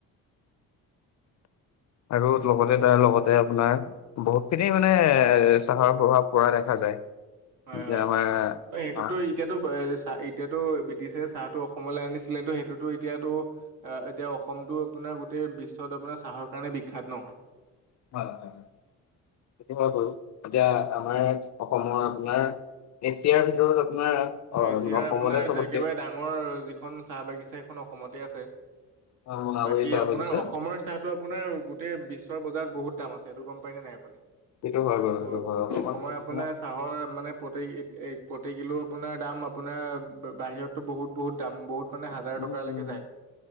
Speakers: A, on the right; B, on the left.
A: <inaudible>
B: আৰু লগতে তাৰ লগতে আপোনাৰ বহুত খিনি মানে এ চাহৰ প্ৰভাৱ পৰা দেখা যায়।
A: হয়
B: যে
A: হয়,
B: আমাৰ
A: ত' সেইটোতো
B: অ হয়
A: এতিয়াতো চাহ এতিয়াতো ব্ৰিটিছে চাহটো অসমলৈ আনিছিলেতো সেইটোতো এতিয়াতো আহ এতিয়া অসমটো আপোনাৰ গোটেই বিশ্বত আপোনাৰ চাহৰ কাৰণে বিখ্যাত ন?
B: হয় হয়, সেইটো হয় বাৰু এতিয়া আমাৰ অসমৰ আপোনাৰ এছিয়াৰ ভিতৰত আপোনাৰ
A: অ এছিয়াৰ আপোনাৰ
B: অসমতে চবতকে
A: একেবাৰে ডাঙৰ যিখন চাহ বাগিচা সেইখন অসমতে আছে।
B: অ মোনাবাৰী
A: বাকী
B: চাহ
A: আপোনাৰ
B: বাগিচা
A: অসমৰ চাহ টো আপোনাৰ গোটেই বিশ্বৰ বজাৰত বহুত দাম আছে, এইটো গম পায় নাই আপুনি?
B: সেইটো হয় বাৰু
A: ত'
B: সেইটো হয় অকমান
A: অসমৰ
B: সমস্যা।
A: আপোনাৰ চাহৰ মানে প্ৰ এই প্ৰতি কিলো আপোনাৰ দাম আপোনাৰ বাহিৰতো বহুত বহুত দাম বহুত মানে হাজাৰ
B: উম
A: টকা লৈকে
B: উম
A: যায়